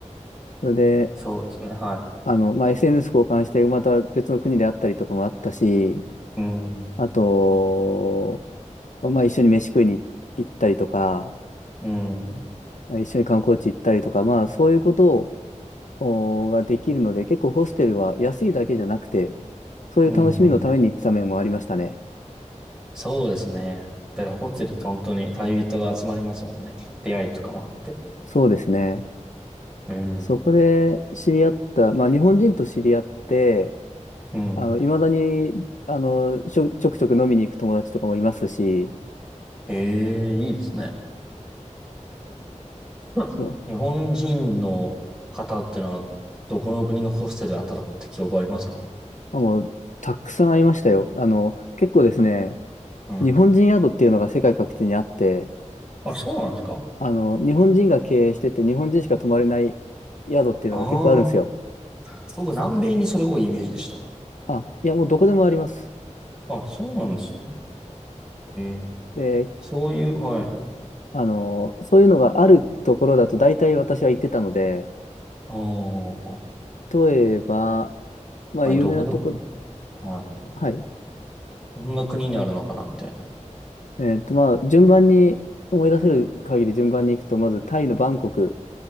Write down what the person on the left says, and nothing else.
それで、
あの、まあ、SNS 交換して、また別の国であったりとかもあったし、
あと、まあ、一緒に飯食いに行ったりとか、
一緒に観光地行ったりとか、まあ、そういうことをおができるので、結構ホステルは安いだけじゃなくて、そういう楽しみのために行ってた面もありましたね。
そうですね。
そこで知り合った、まあ日本人と知り合って、
あの、いまだに、あの、ちょ、ちょくちょく飲みに行く友達とかもいますし、
そ
う、あ、もう、たくさん会いましたよ。あの、結構ですね、
日本人宿っていうのが世界各地にあって、
あの、日本人が経営してて、日本人しか泊まれない宿っていうのが結構あるんですよ。
あ、いや、もうどこでもあります。
で、
あの、そういうのがあるところだと大体私は行ってたので、
例えば、まあ有名なとこ、
ん
はい。
えっと、まあ順番に、思い出せる限り順番に行くと、まずタイのバンコク、